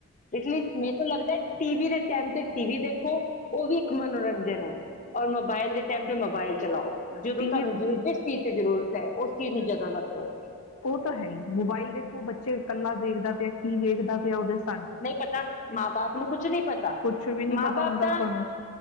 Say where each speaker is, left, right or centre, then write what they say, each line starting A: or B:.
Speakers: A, on the left; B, on the left.
A: ਇਸ ਲਈ ਮੇਰੇ ਕੋ ਲੱਗਦਾ ਟੀ ਵੀ ਦੇ ਟੈਮ ਤੇ ਟੀ ਵੀ ਦੇ ਕੋ ਉਹ ਵੀ ਇੱਕ ਮਨੋਰੰਜਨ ਐ। ਔਰ ਮੋਬਾਇਲ ਦੇ ਟਾਈਮ ਤੇ ਮੋਬਾਇਲ ਚਲਾਓ। ਜਦੋਂ
B: ਟੀਵੀ
A: ਤੁਹਾਨੂੰ ਜਿਸ ਚੀਜ਼ ਤੇ ਜ਼ਰੂਰਤ ਐ ਉਸ ਚੀਜ਼ ਨੂੰ ਜਿਆਦਾ ਵਰਤੋ
B: ਉਹ ਤਾਂ ਹੈ ਈ। ਮੋਬਾਈਲ ਦੇਖੋ ਬੱਚੇ ਕੱਲਾ ਦੇਖਦਾ ਪਿਆ, ਕੀ ਵੇਖਦਾ ਪਿਆ ਉਹਦੇ ਸ
A: ਨਹੀਂ ਪਤਾ, ਮਾਂ ਬਾਪ ਨੂੰ ਕੁਛ ਨੀ ਪਤਾ।
B: ਕੁਛ ਵੀ ਨਹੀਂ
A: ਮਾਂ
B: ਪਤਾ
A: ਬਾਪ
B: ਹੁੰਦਾ
A: ਤਾਂ
B: ਸਾਨੂੰ